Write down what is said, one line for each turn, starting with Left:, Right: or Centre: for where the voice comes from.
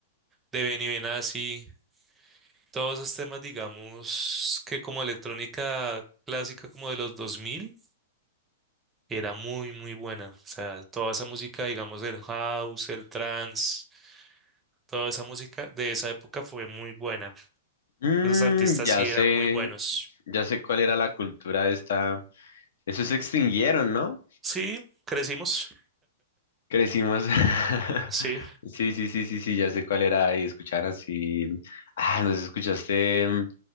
Right: de Benny Benassi. todos esos temas, digamos, que como electrónica clásica como de los 2000 era muy, muy buena. O sea, toda esa música, digamos, el house, el trance, toda esa música de esa época fue muy buena.
Left: Mm,
Right: Esos artistas
Left: ya
Right: sí
Left: sé,
Right: eran muy buenos.
Left: ya sé cuál era la cultura de esta. Esos se extinguieron, ¿no?
Right: Sí, crecimos.
Left: Crecimos. <laughs>
Right: Sí,
Left: Sí, sí, sí, sí, sí, ya sé cuál era. Y escuchar así. Ah, ¿nos escuchaste mm,